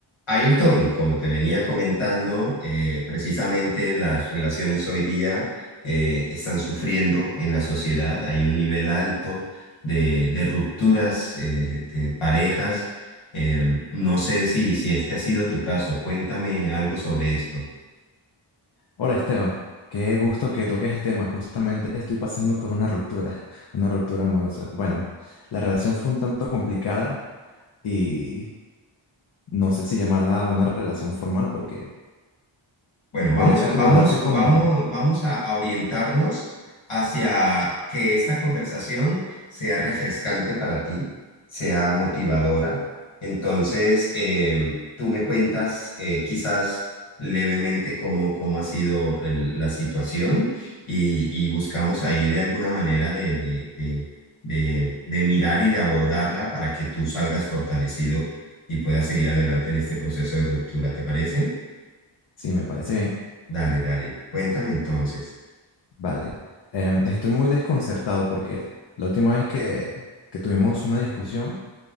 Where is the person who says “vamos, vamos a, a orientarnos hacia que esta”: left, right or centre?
Left